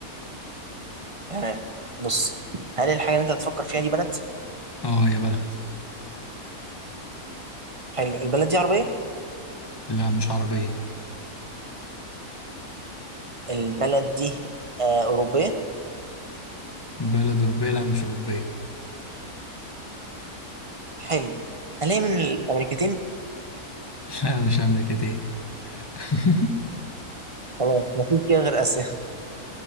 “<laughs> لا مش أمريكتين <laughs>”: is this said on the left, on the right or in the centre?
Left